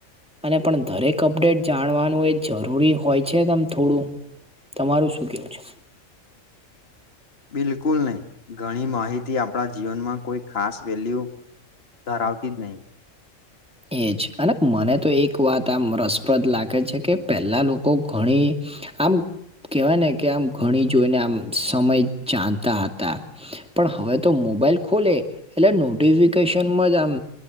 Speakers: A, in the centre; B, on the left (about 45°).
A: અને પણ દરેક અપડેટ જાણવાનું એ જરૂરી હોય છે તમ થોડું તમારું શું કહેવું છે?
B: બિલકુલ નહી. ઘણી માહિતી આપણા જીવનમાં કોઈ ખાસ વેલ્યુ ધરાવતીજ નહીં.
A: એજ અને મને તો એક વાત આમ રસપ્રદ લાગે છે કે પહેલાં લોકો ઘણી આમ કેહેવાય ને કે આમ ઘણી જોઈને આમ સમય ચતા હતા. પણ હવે તો મોબાઈલ ખોલે એટલે નોટિફિકેશનમાં જ આમ